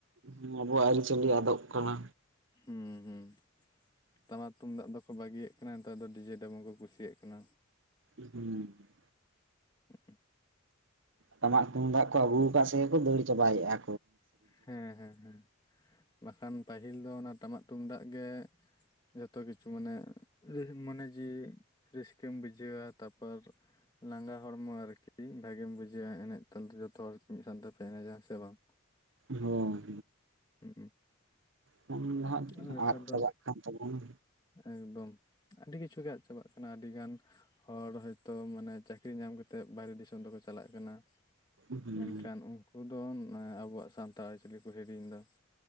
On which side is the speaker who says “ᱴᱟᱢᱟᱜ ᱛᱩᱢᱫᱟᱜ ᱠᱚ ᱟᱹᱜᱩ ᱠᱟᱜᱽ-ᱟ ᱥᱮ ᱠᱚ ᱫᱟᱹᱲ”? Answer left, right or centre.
Right